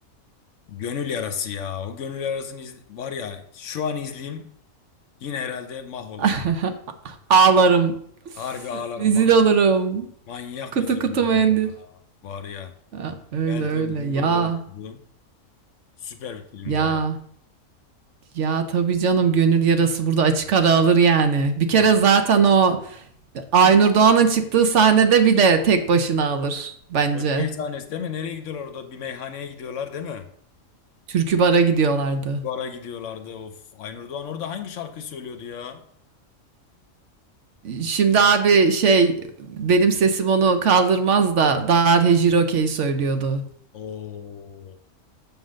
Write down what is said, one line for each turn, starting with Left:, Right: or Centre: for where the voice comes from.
Left: gönül yarası ya. O gönül yarasını izle- var ya şu an izleyeyim yine herhalde mahvolurum.
Right: <laughs> Ağlarım.
Left: Harbi ağlarım.
Right: Rezil
Left: Ma-
Right: olurum.
Left: manyak
Right: Kutu
Left: bir filmdi
Right: kutu mendil.
Left: o ya. Var ya.
Right: Ha, öyle
Left: Meltem
Right: öyle.
Left: Cumbul'da
Right: Ya
Left: oynadı. Süper bir filmdi
Right: ya
Left: o ya.
Right: ya tabii canım gönül yarası burada açık ara alır yani. Bir kere
Left: Yani,
Right: zaten o Aynur Doğan'ın çıktığı sahnede bile tek başına alır bence.
Left: o şey sahnesi değil mi? Nereye gidiyorlar orada? Bir meyhaneye gidiyorlar değil mi?
Right: Türkü bara gidiyorlardı.
Left: Bara gidiyorlardı. Of. Aynur Doğan orada hangi şarkıyı söylüyordu ya?
Right: Şimdi abi şey benim sesim onu kaldırmaz da Dar Hejiroke'yi söylüyordu.
Left: Oo.